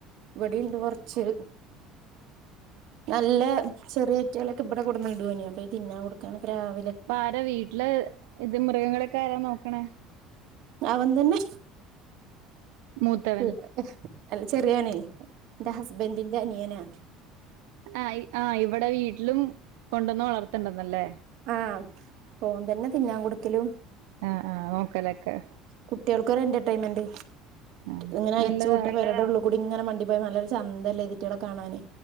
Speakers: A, on the right (about 60°); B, on the right (about 90°).
A: ഇവിടെ ഇണ്ട് കൊറച്ച് നല്ല ചെറിയ ഇറ്റികള് ഒക്കെ ഇവിടെ കൊടുന്ന് ഇടും അയിന് അപ്പൊ തിന്നാൻ കൊടുക്കാൻ ഒക്കെ രാവി
B: അപ്പ ആരാ വീട്ടില് ഇത് മൃഗങ്ങളെ ഒക്കെ ആരാ നോക്കണേ
A: അവൻ തന്നെ
B: മൂത്തവൻ
A: ഉം ൽ ഉം അല്ല ചെറിയവനെ എൻ്റ ഹസ്ബൻ്റിന്റെ അനിയനാ
B: ആഹ് ആഹ് ഇവിടെ വീട്ടിലും കൊണ്ടൊന്ന് വളർത്തണ്ടന്ന് അല്ലേ
A: ആഹ് ഓന്തന്നേ തിന്നാൻ കൊടുക്കലും
B: ആഹ് ആഹ് നോക്കലെക്കെ
A: കുട്ടികൾക്ക് ഒരു എന്റർടൈൻമെന്റ്
B: ആ
A: ഇങ്ങനെ അയച്ചുവിട്ട
B: നല്ലതാ
A: പേരുടെ ഉള്ളി കൂടി ഇങ്ങനെ വണ്ടി പോയപ്പോ നല്ല രസ ചന്തല്ലേ ഇവിറ്റകളെ കാണാനേ